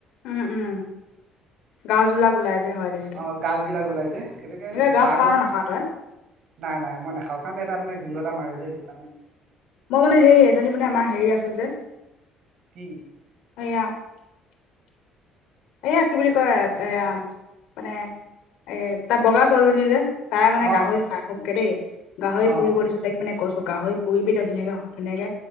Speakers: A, on the left (about 70°); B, on the right (about 45°).
A: উম উম গাজবিলাক ওলাই যে হয় দে সেইটো
B: অ, গাজবিলাক ওলাই যে। গতিকে
A: এ গাজ
B: বাঁহ
A: খাৱ
B: গছ।
A: নে নাখাৱ তই
B: নাই, নাই মই নাখাওঁ কাৰণ এটা মানে গোন্ধ এটা মাৰে যে সেইটো কাৰণে।
A: মই মানে
B: বেয়া
A: সেই,
B: পাওঁ
A: এজনী মানে আমাৰ হেৰি আছে যে।
B: কি?
A: এয়া। এইয়া কি বুলি কয়? এয়া, মানে এ তাত বগা ছোৱালজনী যে। তাই মানে
B: অ
A: গাহৰি খাই খুবকে দেই, গাহৰি
B: অ অ
A: পুৰিব দিছোঁ তাইক। মানে কৈছোঁ, গাহৰি পুৰিবি ধুনীয়াকে, ধুনীয়াকে।